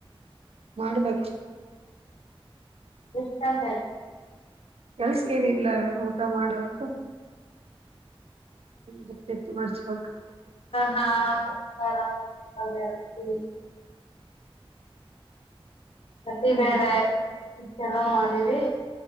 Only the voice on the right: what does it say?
ಮಾಡ್ಬೇಕ
ಕೆಲ್ಸ ಎನ ಇಲ್ಲ ಅದ ಊಟಾ ಮಾಡಬೇಕು ಬಟ್ಟಿ ಮಡಚಬೇಕ
ಹ್ಮ್